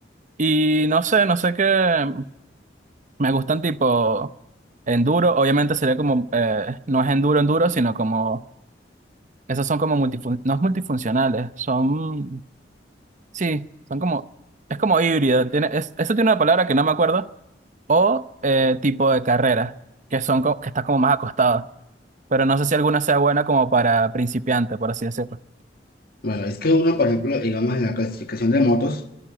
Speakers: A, on the right; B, on the left.
A: Y no sé, no sé qué me gustan tipo enduro. Obviamente sería como, eh, no es enduro, enduro, sino como, esos son como multifun no es multifuncionales, son, sí, son como, es como híbrido. Tiene, es, eso tiene una palabra que no me acuerdo. O eh, tipo de carrera, que son, co- que está como más acostado. Pero no sé si alguna sea buena como para principiante, por así decirlo.
B: Bueno, es que uno, por ejemplo, digamos en la clasificación de motos,